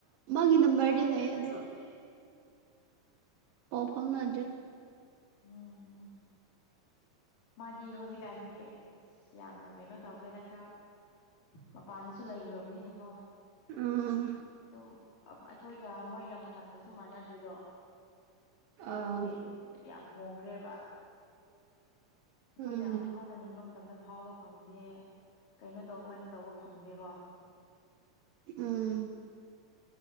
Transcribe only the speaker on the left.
ꯃꯥꯒꯤ
ꯅꯝꯕꯔꯗꯤ
ꯂꯩꯌꯦ ꯑꯗꯨ
ꯎꯝ ꯎꯝ ꯃꯥꯗꯤ ꯍꯧꯖꯤꯛꯀꯥꯟꯗꯤ ꯑꯁ ꯌꯥꯝꯅ ꯀꯩꯅꯣ ꯇꯧꯈ꯭ꯔꯦꯗ ꯈꯔ ꯃꯄꯥꯟꯅꯁꯨ ꯂꯩꯔꯨꯔꯕꯅꯤꯅꯀꯣ
ꯑꯗꯨꯝ ꯑꯩꯈꯣꯏꯒ ꯃꯣꯏꯒ ꯃꯇꯝꯒꯁꯨ ꯃꯥꯟꯅꯗꯦꯗꯣ
ꯑꯗꯨꯒꯤ ꯑꯗꯨꯝ ꯌꯥꯝ ꯍꯣꯡꯈ꯭ꯔꯦꯕ ꯑꯩꯈꯣꯏꯅ
ꯐꯥꯎꯅꯅꯤꯡꯕ ꯃꯇꯝꯗ ꯐꯥꯎꯕ ꯐꯪꯗꯦ ꯀꯩꯅꯣ ꯇꯧꯕ ꯀꯥꯟꯗ ꯇꯧꯕ ꯐꯪꯗꯦꯀꯣ